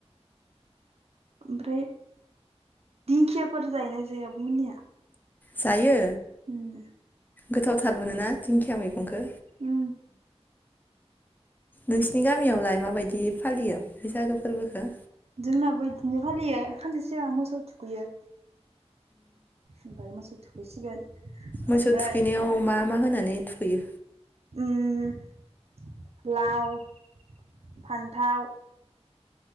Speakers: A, on the right (about 65°); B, on the left (about 15°).
A: ओमफ्राय दिंखियाफोर जायोना जाया आब'मोननिया?
B: जायो।
A: होम
B: गोथावथार। गोथावमोनोना दिंखिया मैगंखो?
A: उम
B: नोंसिनि गामियावलाय माबायदि फालियो बैसागो फोरबोखौ?
A: जोंनाबो इदिनो फालियो सानसे सिगां मोसौ थुखैयो। ओमफाय मोसौ थुखैसिगोन
B: मोसौ
A: ओमफ्राय
B: थुखैनायाव मा मा होनानै थुखैयो?
A: उम लाव, फान्थाव